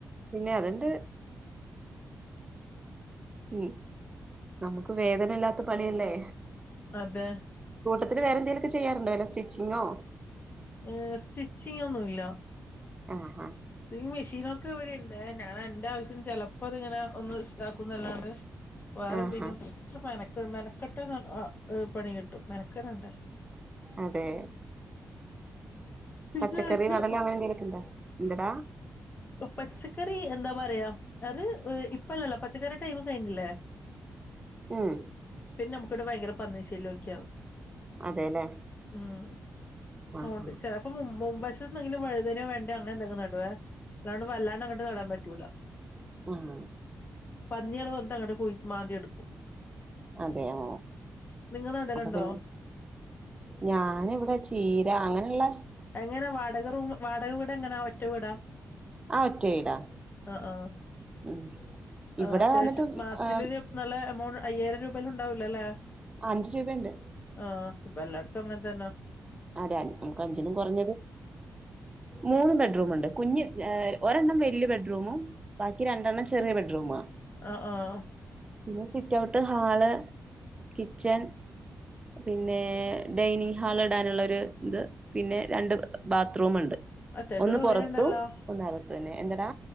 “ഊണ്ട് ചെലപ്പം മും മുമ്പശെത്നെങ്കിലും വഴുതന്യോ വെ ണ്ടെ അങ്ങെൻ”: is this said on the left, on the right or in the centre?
Left